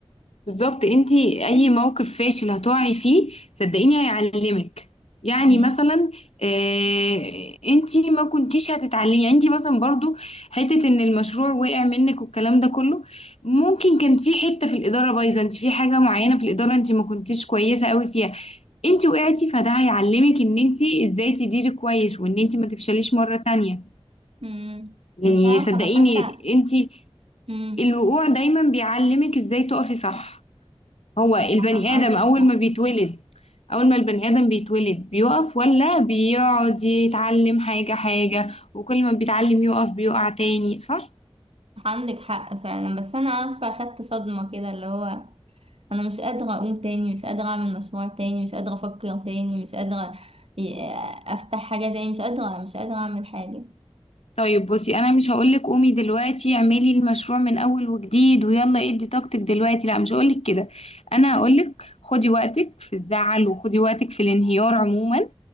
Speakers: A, on the left (about 80°); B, on the right (about 65°).
A: بالظبط انتي اي موقف فاشل هتقعي فيه صدقيني هيعلمك يعني
B: مم.
A: مثلا آه، انتي ما كنتيش هتتعلمي يعني انتي مثلا برضو حتة ان المشروع وقع منك والكلام ده كله ممكن كان في حتة في الإدارة بايظة انتي في حاجة معينة في الإدارة انتي ما كنتيش كويسة قوي فيها انتي وقعتي فده هيعلمك ان انتي ازاي تديري كويس وان انتي ما تفشليش مرة تانية
B: مم.
A: يعني
B: مش عارفة
A: صدقيني
B: أنا حاسة
A: انتي
B: مم.
A: الوقوع دايما بيعلمك ازاي تقفي صح هو البني
B: عندك
A: آدم أول
B: حق
A: ما بيتولد أول ما البني آدم بيتولد بيقف ولا بيقعد يتعلم حاجة حاجة وكل ما بيتعلم يقف بيقع تاني صح؟
B: عندك حق فعلا بس أنا عارفة أخدت صدمة كده اللي هو انا مش قادرة اقوم تاني مش قادرة اعمل مشروع تاني مش قادرة افكر تاني مش قادرة ي- افتح حاجة تاني مش قادرة مش قادرة اعمل حاجة
A: طيب بصي أنا مش هقولك قومي دلوقتي اعملي المشروع من أول وجديد ويلا ادي طاقتك دلوقتي لا مش هقولك كده أنا هقولك خدي وقتك في الزعل وخدي وقتك في الانهيار عموما